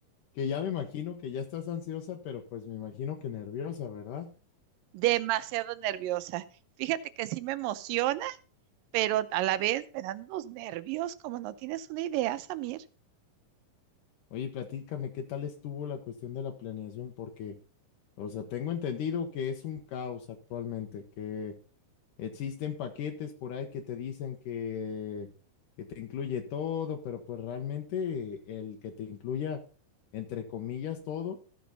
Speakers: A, on the left; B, on the right.
A: que ya me imagino que ya estás ansiosa, pero pues me imagino que nerviosa, ¿verdad?
B: Demasiado nerviosa. Fíjate que sí me emociona, pero a la vez me dan unos nervios como no tienes una idea, Samir.
A: Oye, platícame, ¿qué tal estuvo la cuestión de la planeación? Porque... O sea, tengo entendido que es un caos actualmente, que existen paquetes por ahí que te dicen que, que te incluye todo, pero pues realmente el que te incluya, entre comillas, todo,